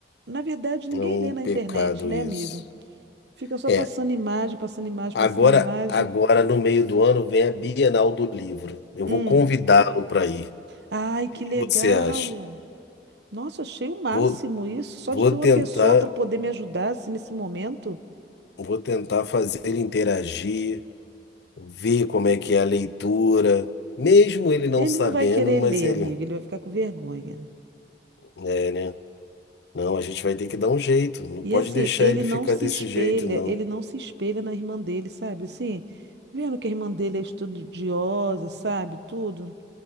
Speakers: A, on the right (about 75°); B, on the left (about 75°).
A: na verdade, ninguém
B: É um
A: lê na
B: pecado
A: internet, né,
B: isso.
A: amigo? Fica só
B: é
A: passando imagem, passando imagem,
B: Agora,
A: passando imagem.
B: agora no meio do ano vem a Bienal do Livro. Eu
A: Hum.
B: vou convidá-lo para ir.
A: Ai, que
B: O que
A: legal!
B: você acha?
A: Nossa, achei o máximo
B: Vou,
A: isso, só
B: vou
A: de ter uma
B: tentar,
A: pessoa para poder me ajudar assim, nesse momento.
B: vou tentar fazer ele interagir, ver como é que é a leitura, mesmo ele não
A: Ele
B: sabendo,
A: não vai querer
B: mas
A: ler,
B: ele,
A: amigo, ele vai ficar com vergonha.
B: é, né? Não, a gente vai ter que dar um jeito. Não
A: E
B: pode
A: assim,
B: deixar
A: ele
B: ele ficar
A: não se
B: desse
A: espelha,
B: jeito, não.
A: ele não se espelha na irmã dele, sabe? Assim, vendo que a irmã dele é estudiosa, sabe? Tudo,